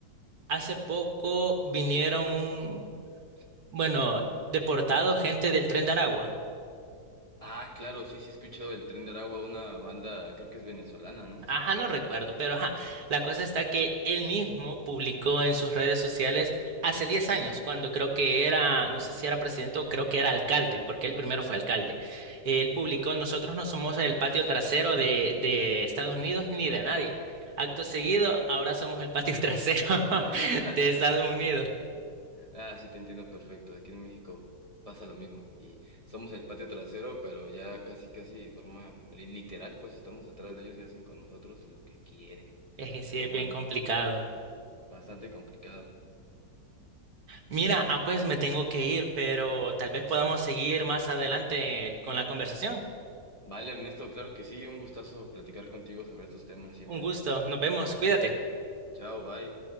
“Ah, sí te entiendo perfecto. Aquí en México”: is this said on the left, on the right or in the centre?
Left